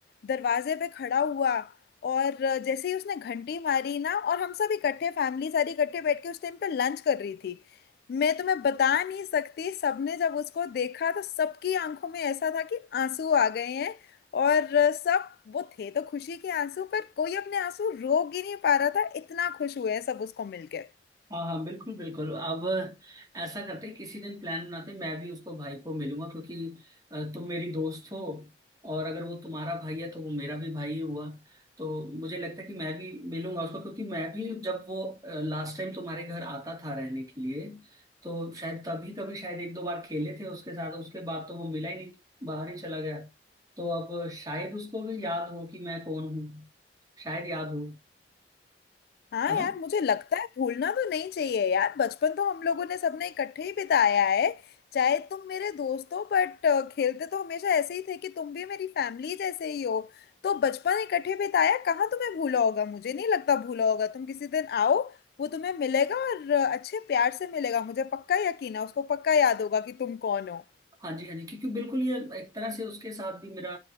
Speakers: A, on the left (about 60°); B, on the right (about 20°).
A: दरवाजे पे खड़ा हुआ और अ, जैसे ही उसने घंटी मारी ना और हम सब इकट्ठे फैमिली सारी इकट्ठे बैठ के उस टाइम पे लंच कर रही थी मैं तुम्हें बता नहीं सकती सबने जब उसको देखा तो सबकी आंखों में ऐसा था कि आंसू आ गए हैं और अ, सब वो थे तो खुशी के आंसू पर कोई अपने आंसू रोक ही नहीं पा रहा था इतना खुश हुए हैं सब उसको मिलके
B: हाँ हाँ बिल्कुल बिल्कुल अब ऐसा करते हैं किसी दिन प्लान बनाते हैं मैं भी उसको भाई को मिलूंगा क्योंकि अ, तुम मेरी दोस्त हो और अगर वो तुम्हारा भाई है तो वो मेरा भी भाई हुआ तो मुझे लगता है कि मैं भी मिलूंगा उसको क्योंकि मैं भी जब वो लास्ट टाइम तुम्हारे घर आता था रहने के लिए तो शायद तभी कभी शायद एक दो बार खेले थे उसके साथ उसके बाद तो वो मिला ही नहीं बाहर ही चला गया तो अब शायद उसको भी याद हो कि मैं कौन हूँ शायद याद हो
A: हाँ
B: है ना
A: यार मुझे लगता है भूलना तो नहीं चाहिए यार बचपन तो हम लोगों ने सबने इकट्ठे ही बिताया है चाहे तुम मेरे दोस्त हो बट खेलते तो हमेशा ऐसे ही थे कि तुम भी मेरी फैमिली जैसे ही हो तो बचपन इकट्ठे बिताया कहाँ तुम्हें भूला होगा मुझे नहीं लगता भूला होगा तुम किसी दिन आओ वो तुम्हें मिलेगा और अ, अच्छे प्यार से मिलेगा मुझे पक्का यकीन है उसको पक्का याद होगा कि तुम कौन हो
B: हाँ जी हाँ जी क्योंकि बिल्कुल ये एक तरह से उसके साथ भी मेरा